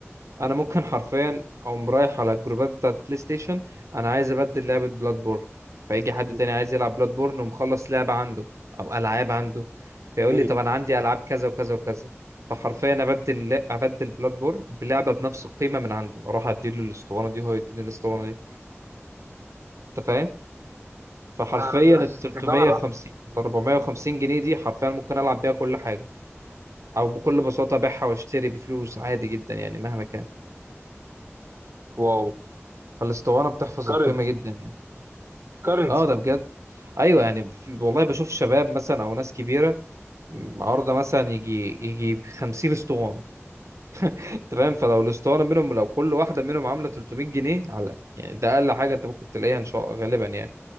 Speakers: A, on the right; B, on the right.
A: أنا ممكن حرفيا أقوم رايح على الجروبات بتاعت بلاي ستيشن أنا عايز أبدل لعبة بلاد بورن فيجي حد
B: مم.
A: تاني عايز يلعب بلاد بورن ومخلص لعبة عنده أو ألعاب عنده فيقول
B: مم.
A: لي طب أنا عندي ألعاب كذا وكذا وكذا فحرفيا أبدل أبدل بلاد بورن بلعبة بنفس القيمة من عنده أروح أديله الأسطوانة دي وهو يديني الأسطوانة دي أنت فاهم؟ فحرفيا
B: آه.
A: ال 350
B: تجارة
A: ولا 450 جنيه دي حرفيا ممكن العب بيها كل حاجه او بكل بساطه ابيعها واشتري بفلوس عادي جدا يعني مهما كان
B: واو
A: فالاسطوانه بتحفظ
B: كرنسي
A: القيمه جدا يعني
B: كرنسي
A: اه ده بجد ايوه يعني في والله بشوف شباب مثلا او ناس كبيره عارضه مثلا يجي يجي 50 اسطوانه انت فاهم فلو الاسطوانه منهم لو كل واحده منهم عامله 300 جنيه على يعني ده اقل حاجه انت ممكن تلاقيها ان شاء غالبا يعني